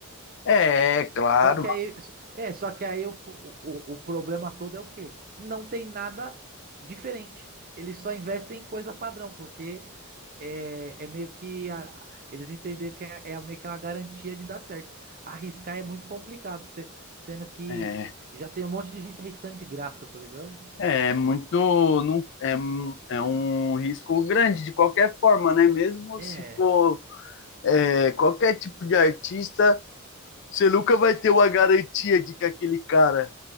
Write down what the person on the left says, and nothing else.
É, claro.
É.
É muito, não, é, um- é um risco grande de qualquer forma, né? Mesmo
se for é, qualquer tipo de artista, você nunca vai ter uma garantia de que aquele cara